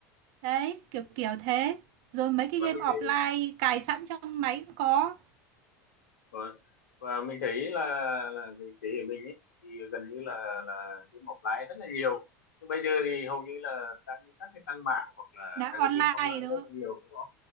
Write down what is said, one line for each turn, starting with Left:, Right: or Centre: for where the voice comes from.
Right: đấy kiểu kiểu thế rồi mấy cái
Left: và
Right: game
Left: mình
Right: offline
Left: thấy
Right: cài sẵn trong máy cũng có
Left: rồi và mình thấy là là cái thế hệ mình ấy thì gần như là là game offline rất là nhiều Nhưng bây giờ thì hầu như là tăng các cái tăng mạng hoặc là
Right: là
Left: các cái
Right: online
Left: game online
Right: đúng
Left: rất
Right: không
Left: là nhiều đúng không